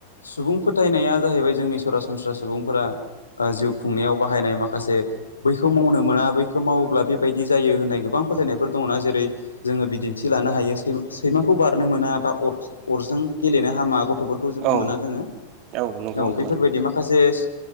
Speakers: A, on the left; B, on the right.
A: सुबुं फोथायनाया जाहैबाय जोंनि सरासनस्रा सुबुंफोरा जिउ खुंनायाव बाहायनाय माखासे बैखौ मावनो मोना बैखौ मावोब्ला बेबायदि जायो होननाय गोबां फोथायनायफोर दङ'ना जेरै जोङो बिदिन्थि लानो हायो सैमा सैमाखौ बारनो मोना बा अर अरजों गेलेनो हामा गथ' थ'फोरखौ बुङोना
B: औ
A: जोङो
B: नंगौ
A: औ
B: नोंथां
A: बेफोरबायदि माखासेस